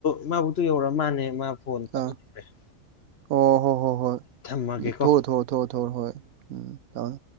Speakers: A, on the left; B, on the right.
A: ꯢꯃꯥꯕꯣꯛꯇꯣ ꯌꯧꯔꯛꯑ ꯃꯥꯜꯂꯦ ꯃꯥ ꯐꯣꯟ ꯀꯟꯅ
B: ꯑꯥ
A: ꯇꯧꯔꯛꯑꯦ
B: ꯑꯣ ꯍꯣ ꯍꯣ ꯍꯣꯏ
A: ꯊꯝꯃꯒꯦꯀꯣ
B: ꯊꯣꯛꯑꯣ ꯊꯣꯛꯑꯣ ꯊꯝꯃꯣ ꯊꯥꯝꯃꯣ ꯍꯣꯏ ꯎꯝ